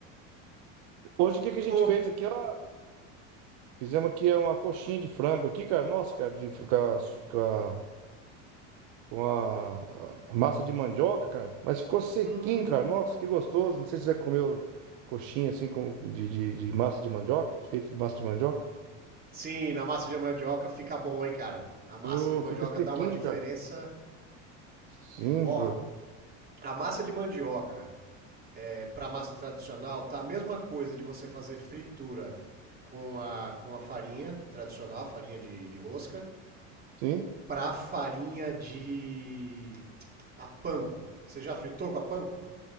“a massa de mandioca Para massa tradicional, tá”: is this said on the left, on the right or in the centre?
Right